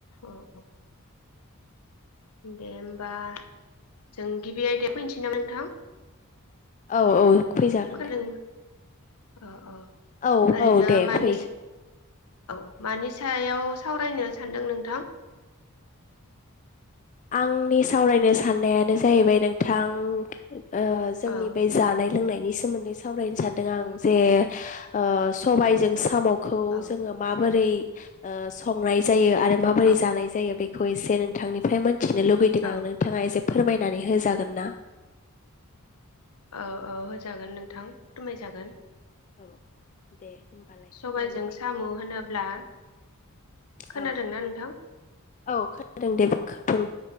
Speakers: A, on the left (about 85°); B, on the left (about 35°).
A: औ। दे होमबा जों गिबि आयदायाव फैनोसै नामा नोंथां
B: औ औ फैजागोन
A: खोनादों
B: दे।
A: अ अ
B: औ
A: ओरैनो
B: औ दे
A: मानि
B: फै।
A: औ मानि सायाव सावरायनो सानदों नोंथां?
B: आंनि सावरायनो साननायानो जाहैबाय नोंथां ओह जोंनि
A: औ
B: बे जानाय लोंनाय नि सोन्दै सावरायनो सानदों आं जे ओ सबाय जों सामु खौ
A: औ
B: जोंङो माबोरै ओ संनाय जायो आरो माबोरै
A: औ
B: जानाय
A: औ
B: जायो बे खौ एसे नोंथांनिफ्राय मोन थथिनो लुबैदों आं
A: औ
B: नोंथाङा एसे फोरमायनानै होजागोन ना?
A: औ औ होजागोन नोंथां फोरमायजागोन
B: औ दे होमबालाय
A: सबायजों
B: फोरमायनानै
A: साम
B: होदो
A: होनोब्ला खोनादोंना
B: औ
A: नोंथां
B: औ खोनादों दे खाबुं